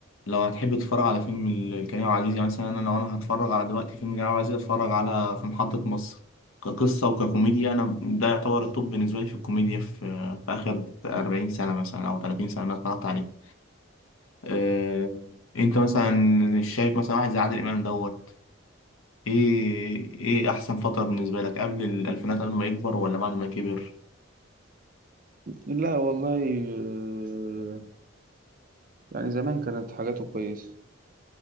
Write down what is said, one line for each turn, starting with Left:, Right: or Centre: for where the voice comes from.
Left: لو هتحب تتفرج على فيلم ال- كريم عبد العزيز يعني مثلا انا لو انا هتفرج على دلوقتي فيلم كريم عبد العزيز هتفرج على في محطة مصر كقصة وككوميديا انا ده يعتبر التوب بالنسبة لي في الكوميديا في, في اخر 40 سنة مثلا او 30 سنة انا اتفرجت عليه أه... انت مثلا شايف مثلا واحد زي عادل امام دوت ايه ايه احسن فترة بالنسبة لك قبل الالفينات قبل ما يكبر ولا بعد ما كبر
Right: لا والله آه، يعني زمان كانت حاجاته كويسة